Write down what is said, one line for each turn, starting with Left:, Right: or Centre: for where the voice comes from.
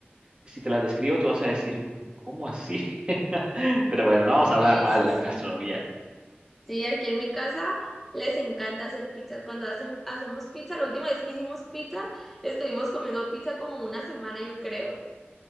Right: si te las describo, tú vas a decir, ¿cómo así? <laughs> Pero bueno, no vamos a hablar
Centre: Sí,
Right: mal
Centre: sí,
Right: de la
Centre: sí.
Right: gastronomía.
Centre: Sí, aquí en mi casa les encanta hacer pizzas. Cuando hacen, hacemos pizza, la última vez que hicimos pizza, estuvimos comiendo pizza como una semana, yo creo.